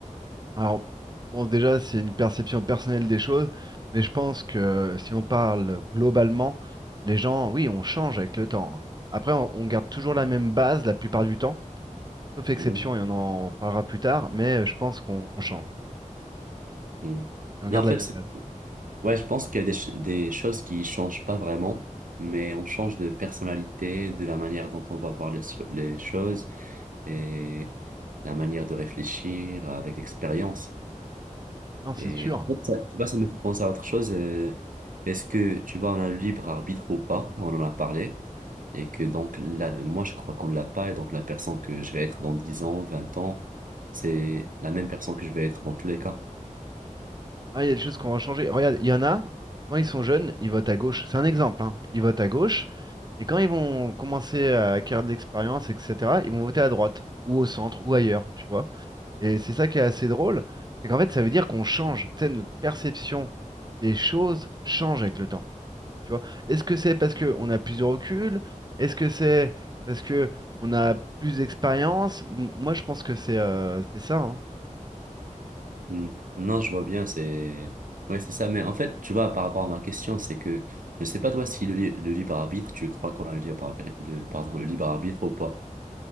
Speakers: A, on the right (about 30°); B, on the right (about 85°).
A: Alors, bon, déjà, c'est une perception personnelle des choses, mais je pense que si on parle globalement, les gens, oui, on change avec le temps. hein. Après, on, on garde toujours la même base la plupart du temps, sauf exception,
B: Mhm.
A: et on en parlera plus tard, mais euh, je pense qu'on on change
B: Mhm.
A: et on garde
B: Non, en fait,
A: la même base.
B: Ouais, je pense qu'il y a des, ch- des choses qui changent pas vraiment, mais on change de personnalité, de la manière dont on va voir les, cho- les choses et la manière de réfléchir avec l'expérience.
A: Non, c'est
B: Et
A: sûr.
B: en fait, ça, tu vois, ça me fait penser à autre chose. euh, Est-ce que tu vois, on a le libre arbitre ou pas? On en a parlé. Et que donc, là, moi, je crois qu'on ne l'a pas. Et donc, la personne que je vais être dans 10 ans, 20 ans, c'est la même personne que je vais être dans tous les cas.
A: Ah, il y a des choses qu'on va changer. Regarde, il y en a, quand ils sont jeunes, ils votent à gauche. C'est un exemple, hein. Ils votent à gauche, et quand ils vont commencer à acquérir de l'expérience, etc., ils vont voter à droite, ou au centre, ou ailleurs, tu vois. Et c'est ça qui est assez drôle, c'est qu'en fait, ça veut dire qu'on change. Tu sais, notre perception des choses change avec le temps. Tu vois? Est-ce que c'est parce qu'on a plus de recul? Est-ce que c'est parce que on a plus d'expérience? M- Moi, je pense que c'est euh, c'est ça. Hein.
B: Hmm. Non, je vois bien, c'est... Ouais, c'est ça. Mais en fait, tu vois, par rapport à ma question, c'est que je sais pas toi si le, li- le libre arbitre, tu crois qu'on a le libre arbitre, le, pardon, le libre arbitre ou pas.